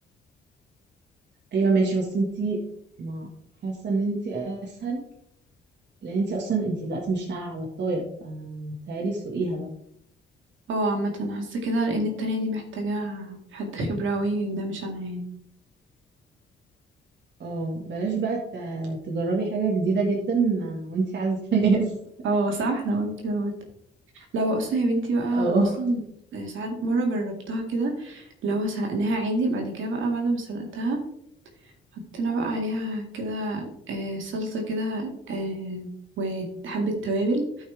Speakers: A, on the right; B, on the right.
A: ايوه ماشي بس انتي ما حاسه ان انتي اسهل لان انتي اصلا انتي دلوقتي مش ناقعه بطايه فمتهيألي سوقيها بقى
B: اه عامة أنا حاسة كده لأن التانية دي محتاجة حد خبرة أوي ده مش أنا يعني
A: اه بلاش بقى ت- تجربي حاجه جديده جدا آه، وانتي عازبه <laughs> ناس
B: اه صح أنا قلت كده برضه. لو اصلا يا بنتي بقى
A: اه
B: اصلا ساعات مره جربتها كده لو سلقناها عادي بعد كده بقى بعد ما سلقتها حطينا بقى عليها كده آه، صلصه كده آه، وحبه توابل